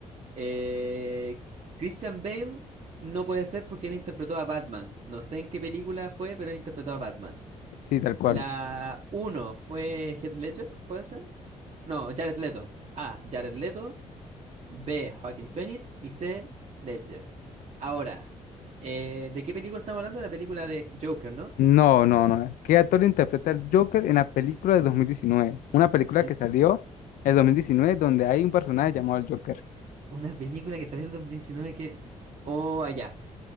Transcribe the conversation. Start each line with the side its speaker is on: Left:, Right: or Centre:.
Right: Eh, Christian Bale no puede ser porque él interpretó a Batman. No sé en qué película fue, pero él interpretó a Batman.
Left: Sí, tal cual.
Right: La uno fue Heath Ledger, ¿puede ser? No, Jared Leto. Ah, Jared Leto. B, Joaquin Phoenix y C, Ledger. Ahora, eh, ¿de qué película estamos hablando? De la película de Joker, ¿no?
Left: No, no, no. ¿Qué actor interpreta el Joker en la película de 2019? Una película
Right: El-
Left: que salió en 2019, donde hay un personaje llamado el Joker.
Right: una película que salió en el 2019 que... Oh, allá.